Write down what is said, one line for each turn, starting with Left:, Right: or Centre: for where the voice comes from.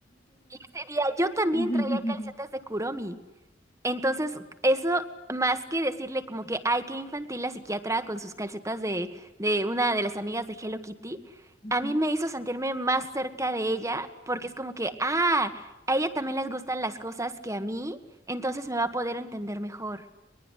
Right: Y ese día yo también
Left: ujú.
Right: traía calcetas
Left: <laughs>
Right: de Kuromi. Entonces, eso más que decirle como que, ay, qué infantil la psiquiatra con sus calcetas de, de una de las amigas de Hello Kitty,
Left: Ujú.
Right: a mí me hizo sentirme más cerca de ella porque es como que, ah, a ella también les gustan las cosas que a mí, entonces me va a poder entender mejor.